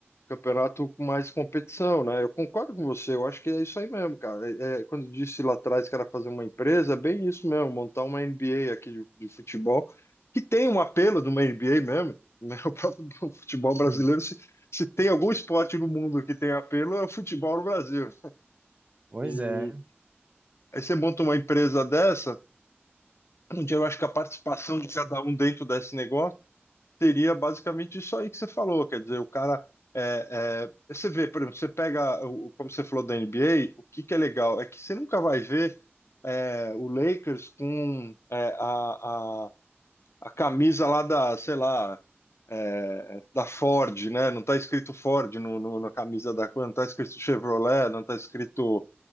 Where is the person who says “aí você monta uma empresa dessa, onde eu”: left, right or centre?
Left